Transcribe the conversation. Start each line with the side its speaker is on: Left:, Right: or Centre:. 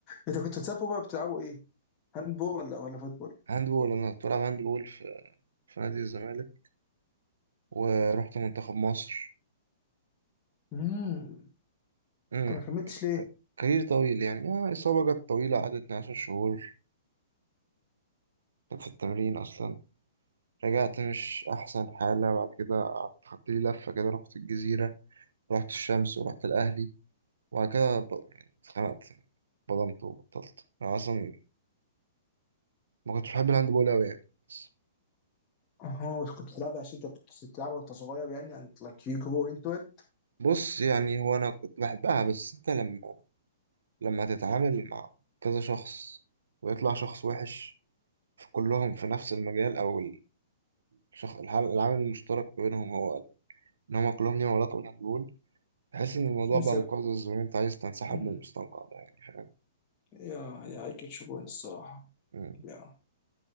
Left: انت كنت بتسافروا بقى بتلعبوا ايه؟ هاند بول ولا ولا فوتبول؟
Right: هاند بول أنا كنت بلعب هاند بول في... في نادي الزمالك ورحت منتخب مصر
Left: امم
Right: امم
Left: انت ما كملتش ليه؟
Right: كارير طويل يعني آه إصابة جت طويلة قعدت 12 شهور كنت في التمرين أصلا رجعت مش أحسن حالة بعد كده قعدت خدت لي لفة كده رحت الجزيرة رحت الشمس ورحت الأهلي وبعد كده ب... يعني اتخنقت بضمت وبطلت أنا أصلا ما كنتش بحب الهاند بول أوي يعني بس
Left: اها بس كنت بتلعبها عشان انت كنت بتلعبها وانت صغير يعني انت لايك يو جرو انتو ات
Right: بص يعني هو أنا كنت بحبها بس أنت لما لما تتعامل مع كذا شخص ويطلع شخص وحش في كلهم في نفس المجال أو الشخص الحل... العامل المشترك بينهم هو إن هما كلهم ليهم علاقة بالهاند بول تحس إن الموضوع
Left: تنسى
Right: بقى مقزز وإن أنت عايز تنسحب
Left: امم
Right: من المستنقع ده يعني
Left: يا يا اي جيت يو بوينت الصراحه
Right: فاهم
Left: يا